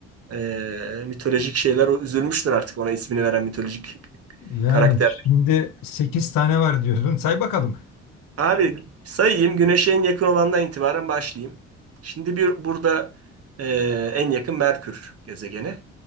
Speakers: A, on the right; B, on the left.
A: Ee, mitolojik şeyler o üzülmüştür artık ona ismini veren mitolojik
B: Yani
A: karakter.
B: şimdi 8 tane var diyordun. Say bakalım.
A: Abi sayayım Güneş'e en yakın olandan itibaren başlayayım. Şimdi bir burada e, en yakın Merkür gezegeni.